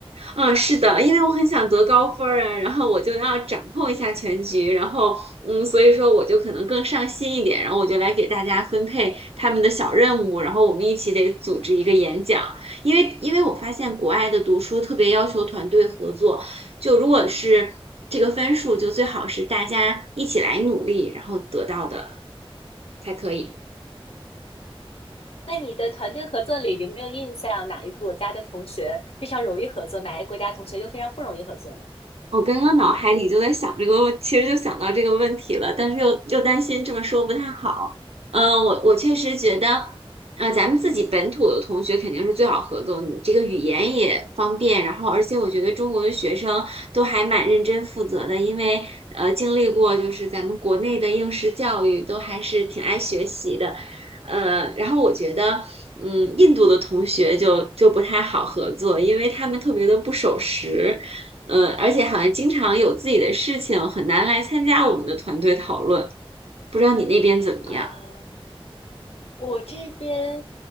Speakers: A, on the right (about 85°); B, on the left (about 75°).
A: 嗯，是的，因为我很想得高分儿啊，然后我就要掌控一下全局，然后嗯，所以说我就可能更上心一点，然后我就来给大家分配他们的小任务，然后我们一起得组织一个演讲，因为因为我发现国外的读书特别要求团队合作，就如果是这个分数，就最好是大家一起来努力，然后得到的才可以。
B: 那你的团队合作里有没有印象哪一个国家的同学非常容易合作，哪一个国家同学又非常不容易合作呢？
A: 我刚刚脑海里就在想这个问，其实就想到这个问题了，但是又又担心这么说不太好。嗯、我我确实觉得，呃，咱们自己本土的同学肯定是最好合作，你这个语言也方便，然后而且我觉得中国的学生都还蛮认真负责的，因为呃经历过就是咱们国内的应试教育，都还是挺爱学习的。呃，然后我觉得，嗯，印度的同学就就不太好合作，因为他们特别的不守时。嗯，而且好像经常有自己的事情，很难来参加我们的团队讨论。不知道你那边怎么样？
B: 啊、我这边，